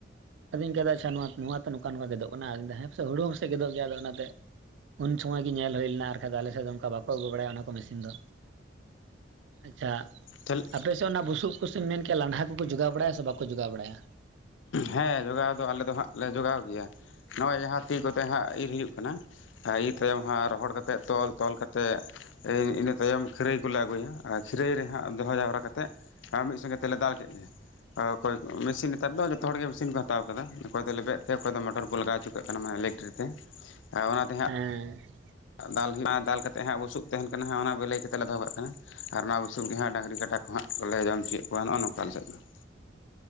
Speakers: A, on the right; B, on the left.
A: ᱟᱫᱤᱧ ᱠᱟᱫᱟ ᱪᱷᱟ ᱱᱚᱣᱟ, ᱱᱚᱣᱟ ᱛᱮ ᱱᱚᱠᱟ-ᱱᱚᱠᱟ ᱜᱮᱫᱚᱜ ᱠᱟᱱᱟ, ᱟᱫᱚᱹᱧ ᱫᱟ ᱦᱮᱸ ᱯᱟᱥᱮ ᱦᱩᱲᱩ ᱦᱚᱸ ᱯᱟᱥᱮ ᱜᱮᱫᱚᱜ ᱜᱮᱭᱟ, ᱟᱫᱚ ᱚᱱᱟ ᱛᱮ ᱩᱱ ᱪᱷᱚᱢᱚᱭ ᱜᱮ ᱧᱮᱞ ᱦᱩᱭ ᱞᱮᱱᱟ ᱟᱨ ᱠᱷᱟᱡ ᱫᱚ ᱟᱞᱮᱥᱮᱫ ᱫᱚ ᱚᱝᱠᱟ ᱵᱟᱠᱚ ᱟᱹᱜᱩ ᱵᱟᱲᱟᱭᱟ ᱚᱱᱟ ᱠᱚ ᱢᱮᱥᱤᱱ ᱫᱚ᱾ ᱟᱪᱪᱟ᱾
B: ᱦᱩᱸ
A: ᱟᱯᱮᱥᱮᱜ ᱚᱱᱟ ᱵᱩᱥᱩᱵ ᱠᱚ ᱥᱮ ᱢᱮᱱ ᱠᱮ ᱞᱟᱸᱰᱷᱟ ᱠᱚᱠᱚ ᱡᱚᱜᱟᱣ ᱵᱟᱲᱟᱭᱟ ᱥᱮ ᱵᱟᱠᱚ ᱡᱚᱜᱟᱣ ᱵᱟᱲᱟᱭᱟ?
B: ᱦᱮ, ᱡᱚᱜᱟᱣ ᱫᱚ, ᱟᱞᱮ ᱫᱚ ᱦᱟᱸᱜ ᱞᱮ ᱡᱚᱜᱟᱣ ᱜᱮᱭᱟ᱾ ᱱᱚᱜᱼᱚᱭ ᱡᱟᱦᱟ ᱛᱤ ᱠᱚᱛᱮ ᱦᱟᱸᱜ ᱤᱨ ᱦᱩᱭᱩᱜ ᱠᱟᱱᱟ ᱟ ᱤᱨ ᱛᱟᱭᱚᱢ ᱦᱟᱸᱜ ᱨᱚᱦᱚᱲ ᱠᱟᱛᱮᱫ ᱛᱚᱞ, ᱛᱚᱞ ᱠᱟᱛᱮᱜ ᱮᱹ ᱤᱱᱟᱹ ᱛᱟᱭᱚᱢ ᱠᱷᱟᱹᱨᱟᱹᱭ ᱠᱚᱞᱮ ᱟᱹᱜᱩᱭᱟ ᱟᱨ ᱠᱷᱟᱹᱨᱟᱹᱭ ᱨᱮ ᱦᱟᱸᱜ ᱫᱚᱦᱚ ᱡᱟᱣᱨᱟ ᱠᱟᱛᱮᱜ ᱟ ᱢᱤᱜ ᱥᱚᱸᱜᱮ ᱛᱮᱞᱮ ᱫᱟᱞ ᱠᱮᱜ ᱜᱮ ᱟ ᱚᱠᱚᱭ ᱠᱚ ᱢᱮᱥᱤᱱ ᱛᱟᱫᱽ ᱫᱚ ᱡᱚᱛᱚ ᱦᱚᱲ ᱜᱮ ᱢᱮᱥᱤᱱ ᱠᱚ ᱦᱟᱛᱟᱣ ᱠᱟᱫᱟ᱾ ᱚᱠᱚᱭ ᱫᱚ ᱞᱮᱵᱮᱫ ᱛᱮ, ᱚᱠᱚᱭ ᱫᱚ ᱢᱚᱴᱚᱨ ᱠᱚ ᱞᱟᱜᱟᱣ ᱪᱚ ᱠᱟᱜ ᱠᱟᱱᱟ ᱤᱞᱮᱹᱠᱴᱨᱤ ᱛᱮ᱾ ᱟ ᱚᱱᱟ ᱛᱮ
A: ᱮᱸ ᱾
B: ᱟ ᱫᱟᱞ ᱦᱩᱭᱩᱜᱼᱟᱸ ᱫᱟᱞ ᱠᱟᱛᱮᱜ ᱦᱟᱸᱜ ᱵᱩᱥᱩᱵᱽ ᱛᱮᱦᱮᱱ ᱠᱟᱱᱟ ᱦᱟᱸᱜ ᱚᱱᱟ ᱵᱟᱹᱞᱟᱹᱭ ᱠᱟᱛᱮᱜ ᱞᱮ ᱫᱚᱦᱚ ᱠᱟᱜ ᱠᱟᱱᱟ ᱾ ᱟᱨ ᱚᱱᱟ ᱵᱩᱥᱩᱵ ᱜᱮ ᱦᱟᱸᱜ ᱰᱟᱝᱨᱤ, ᱠᱟᱰᱟ ᱠᱚ ᱦᱟᱸᱜ ᱠᱚᱞᱮ ᱡᱚᱢ ᱪᱚᱭᱮᱜ ᱠᱚᱣᱟ ᱱᱚᱜᱼᱚ ᱱᱚᱝᱠᱟ ᱟᱞᱮ ᱥᱮᱫ ᱫᱚ ᱾